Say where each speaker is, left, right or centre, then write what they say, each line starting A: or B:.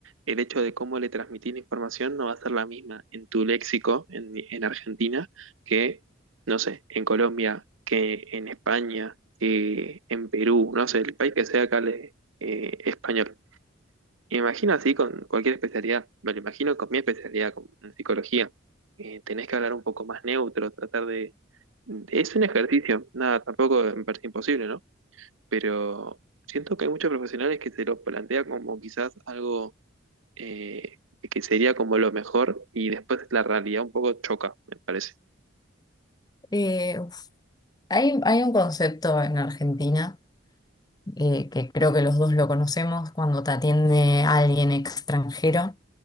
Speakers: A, on the right; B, on the left.
A: el hecho de cómo le transmitís la información no va a ser la misma en tu léxico en, en Argentina que, no sé, en Colombia, que en España, que en Perú, no sé, el país que sea que hable eh, español. Y Me imagino así con cualquier especialidad, me lo imagino con mi especialidad, con en psicología. Eh, tenés que hablar un poco más neutro, tratar de... de- Es un ejercicio, nada, tampoco me parece imposible, ¿no? Pero siento que hay muchos profesionales que se lo plantea como quizás algo eh, que sería como lo mejor y después la realidad un poco choca, me parece.
B: Eh, uf, hay, hay un concepto en Argentina eh, que creo que los dos lo conocemos cuando te atiende alguien extranjero